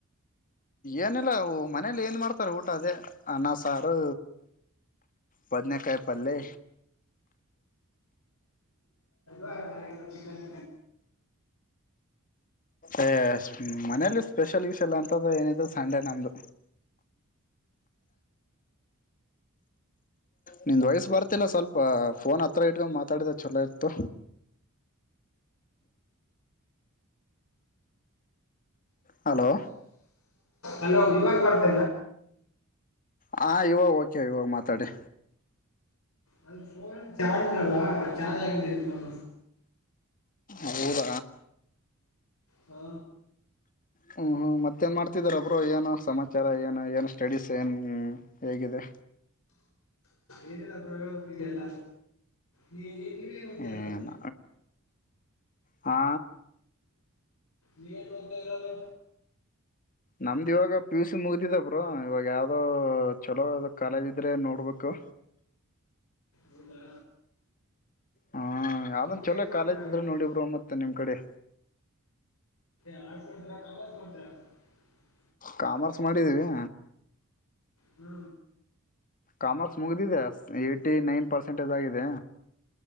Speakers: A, on the left; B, on the left.
A: ಏನಿಲ್ಲ ಮನೇಲಿ ಏನು ಮಾಡ್ತಾರೆ ಊಟ ಅದೇ ಅನ್ನ ಸಾರು ಬದನೇಕಾಯಿ ಪಲ್ೆ
B: ಬ ಚಿಕನ್
A: ಅ ಮನೇೆಯಲ್ಲಿ ಸ್ಪೆಷಲ್ ಇಶ್ ಎಲ್ಲಾ ಅಂತ ಏನಿದ ಸಂಡೇ ನಮ್ದು ನಿಂದ್ ವಯಸ ಬರ್ತಿಲ್ಲ ಸ್ವಲ್ಪ ಫೋನ್ ಹತ್ರ ಇಟ್ಕೊಂಡು ಮಾತಾಡಿದ ಚಲೋ ಇತ್ತು ಹಲೋ
B: ಅಲೋ ಇವಾಗ ಬರ್ತ
A: ಹಾ ಇವಾಗ ಓಕೆ ಇವಾಗ ಮಾತಾಡಿ
B: ಅದು ಫೋನ್ ಚಾರ್ಜ್ ಇರಲ್ಲವಾ ಚಾರ್ಜ್ ಆಗಿದ್ದಲ್ಲಿ ಫೋನ್
A: ಅಊರ
B: ಹಾ
A: ಹ್ಮ ಹ್ಮ ಮತ್ತೇನ್ ಮಾಡ್ತಿದಾರ ಒಬ್ರು ಏನು ಸಮಾಚಾರ ಏನು ಏನು ಸ್ಟಡೀಸ್ ಏನ್ ಹೇಗಿದೆ
B: ಏನೆಲ್ಲ ಪ್ರೋಗ ಇದೆಲ್ಲ ನೀ ನೀವೇನ್ ಓದ್ತಾ
A: ಹ್ಮ್ಮ್.
B: ಇರೋದು
A: ಹ
B: ನೀಟ ತ್ತರ ಅದು
A: ನಮ್ದು ಇವಾಗ ಪಿ ಯು ಸಿ ಮುಗ್ದಿದ ಬ್ರ ಇವಾಗ ಯಾವ್ದೋ ಚಲೋ ಕಾಲೇಜ್ ಇದ್ರೆ ನೋಡ್ಬೇಕು
B: ಹೌದಾ
A: ಹ್ಮ ಯಾವ್ದ
B: ಮುಂದೆ
A: ಚಲೋ
B: ಏನ್ ಮಾಡ್ತೀರಾ
A: ಕಾಲದ ಇದ್ರೆ ನೋಡಿಬ್ರರು ಮತ್ತೆ ಮತ್ತ ನಿಮ್ಮ್ ಕಡೆ
B: ಕವಸ್ ಮಾಡತ್ರ <unintelligible>
A: ಕಾಮರ್ಸ್ ಮಾಡಿದ್ದೀವಿ
B: ಹಾ
A: ಕಾಮರ್ಸ್ ಮುಗಿದಿದೆ ಏ್ಟಿ ನೈನ್ ಪರ್ಸೆಂಟೇಜ್ ಆಗಿದೆ